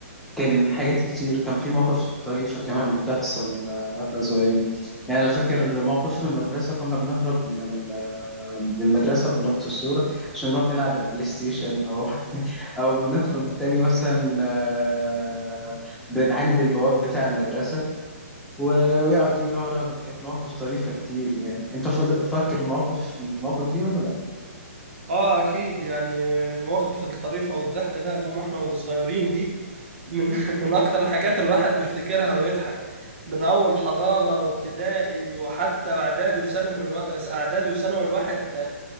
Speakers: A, in the centre; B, on the right (about 50°).
A: كان حاجات كتير كان في مواقف طريفه كمان بتحصل آه، واحنا صغيرين يعني انا فاكر موقف في المدرسه كنا بنهرب من ال- من المدرسه بنط السور عشان نروح نلعب على البلاي ستيشن او او بندخل تاني مثلا آه، بنعاند البواب بتاع المدرسه و- ويقعد يجري ورانا كانت مواقف طريفه كتير يعني انت فاض- فاكر موقف من المواقف دي ولا لا
B: آه أكيد يعني مواقف الطريفة والضحكة ده أما إحنا صغيرين دي من <laughs> من أكتر الحاجات الواحد بيفتكرها ويضحك من أول حضانة وابتدائي وحتى إعدادي وثانوي الوا- إعدادي وثانوي الواحد